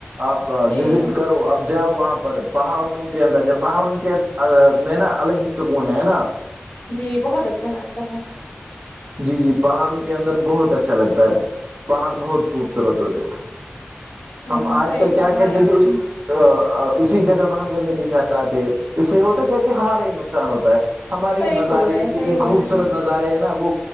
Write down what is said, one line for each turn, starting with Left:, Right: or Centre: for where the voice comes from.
Right: آپ
Left: جی
Right: وزٹ کرو آپ جاؤ وہاں پر پہاڑوں کے اندر جا پہاڑوں کے میں نا الگ ہی سکون ہے نا
Left: جی بہت اچھا لگتا ہے
Right: جی جی پہاڑوں کے اندر بہت اچھا لگتا ہے پہاڑ بہت خوبصورت ہوتے ہم
Left: ہاں
Right: آج
Left: صحیح
Right: کل کیا
Left: فرمایا
Right: کہتے
Left: آپ
Right: کہ اس
Left: نے
Right: اسی جگہ پر ہم گندگی پھیلاتے اس سے ہوتا ہے کیا کہ ہمارا یہ نقصان ہوتا ہے ہمارے
Left: صحیح
Right: ہی نظارے
Left: بول رہے ہیں
Right: اتنی
Left: صحیح
Right: اتنی
Left: بول
Right: خوبصورت
Left: رہے
Right: نظارے ہیں نا وہ